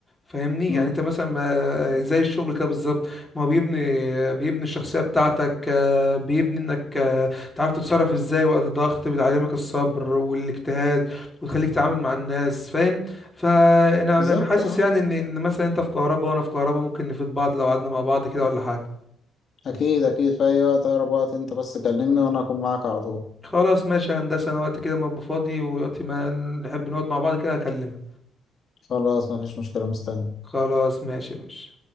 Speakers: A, in the centre; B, on the left (about 50°).
A: فاهمني
B: مم.
A: يعني انت مثلا ما- زي الشغل كده بالظبط ما هو بيبني بيبني الشخصية بتاعتك آه، بيبني انك آه، تعرف تتصرف ازاي وقت الضغط بيعلمك الصبر والاجتهاد وتخليك تتعامل مع الناس فاهم فانا
B: بالظبط
A: انا حاسس
B: اه
A: يعني ان ان مثلا انت في كهرباء وانا في كهرباء ممكن نفيد بعض لو قعدنا مع بعض كده ولا حاجة
B: اكيد اكيد في اي وقت اقرب وقت انت بس كلمني وانا اكون معاك على طول
A: خلاص ماشي يا هندسة أنا وقت كده ما أبقى فاضي ووقت ما نحب نقعد مع بعض كده أكلمك
B: خلاص مفيش مشكلة مستني
A: خلاص ماشي يا باشا